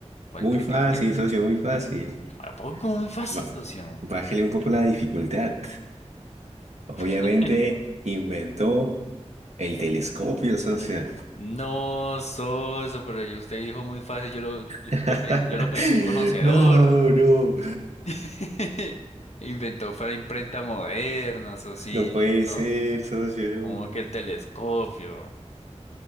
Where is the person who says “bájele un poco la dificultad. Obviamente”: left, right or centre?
Right